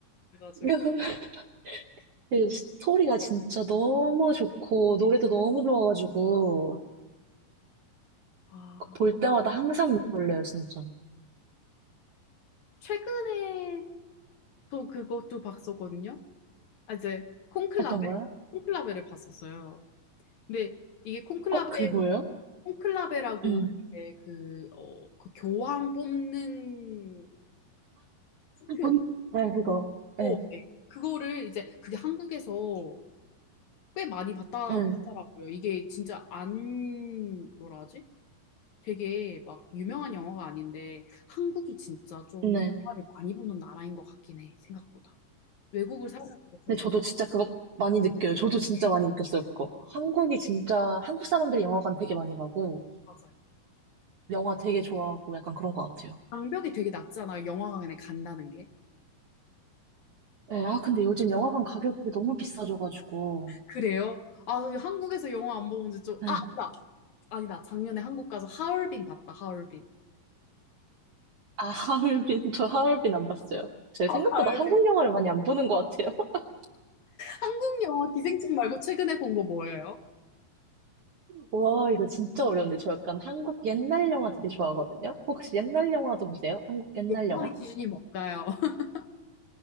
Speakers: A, on the left; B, on the right.
A: 좋아가지고.
B: <laughs> 이 스토리가 진짜 너무 좋고, 노래도 너무 좋아가지고,
A: 아,
B: 볼 때마다 항상 놀래요, 진짜.
A: 최근에 또 그것도 봤었거든요. 아, 이제 콘클라베?
B: 어떤가요?
A: 콘클라베를 봤었어요. 근데 이게 콘클라베,
B: 어, 그게 뭐예요?
A: 콘클라베라고
B: 음.
A: 이제 그, 어, 그 교황 뽑는 투표,
B: 뭔지 알아요, 그거.
A: 어,
B: 네,
A: 네. 그거를 이제 그게 한국에서 꽤 많이 봤다고
B: 응,
A: 하더라고요. 이게 진짜 안, 뭐라 하지? 되게 막 유명한 영화가 아닌데 한국이 진짜 좀
B: 네.
A: 영화를 많이 보는 나라인 것 같긴 해, 생각보다. 외국을 살면서 더
B: 근데
A: 느-
B: 저도 진짜 그거 많이 느껴요. 저도 진짜 많이 느꼈어요, 그거. 한국이 진짜, 한국 사람들이 영화관 되게 많이 가고,
A: 맞아요.
B: 영화 되게 좋아하고, 약간 그런 것 같아요.
A: 장벽이 되게 낮잖아, 영화관에 간다는 게.
B: 네, 아, 근데 요즘 영화관 가격이 너무 비싸져가지고.
A: 그래요? 아, 한국에서 영화 안 보면 이제 좀,
B: 네.
A: 아, 아니다. 아니다. 작년에 한국 가서 하얼빈 봤다, 하얼빈.
B: 아, 하얼빈, 저 하얼빈 안 봤어요. 제가
A: 울빈
B: 생각보다 한국 영화를 많이 안 보는 것 같아요. <laughs>
A: 한국 영화 기생충 말고 최근에 본 거 뭐예요?
B: 와, 이거 진짜 어려운데. 저 약간 한국 옛날 영화 되게 좋아하거든요. 혹시 옛날 영화도 보세요? 한국 옛날
A: 옛날의
B: 영화?
A: 기준이 뭔가요? <laughs>